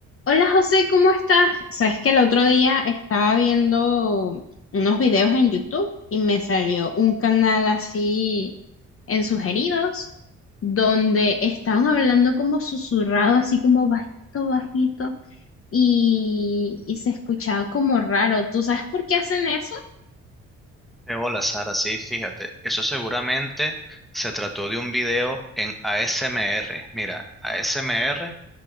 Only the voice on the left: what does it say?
Hola José, ¿cómo estás? Sabes que el otro día estaba viendo unos videos en YouTube y me salió un canal así en sugeridos donde estaban hablando como susurrado, así como bajito, bajito y, y se escuchaba como raro. ¿Tú sabes por qué hacen eso?